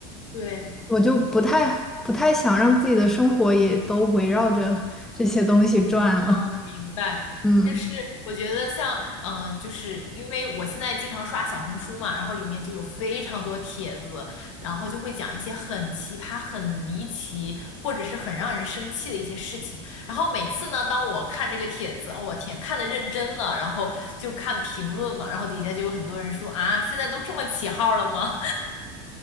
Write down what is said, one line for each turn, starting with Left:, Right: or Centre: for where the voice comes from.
Left: 对，
Centre: 我就不太不太想让自己的生活也都围绕着这些东西转了。
Left: 哦，明白，
Centre: 嗯，
Left: 就是我觉得像，嗯，就是因为我现在经常刷小红书嘛，然后里面就有非常多帖子，然后就会讲一些很奇葩、很离奇，或者是很让人生气的一些事情。然后每次呢，当我看这个帖子，哦，我天，看的认真了，然后就看评论嘛，然后底下就有很多人说啊，现在都这么起号了吗？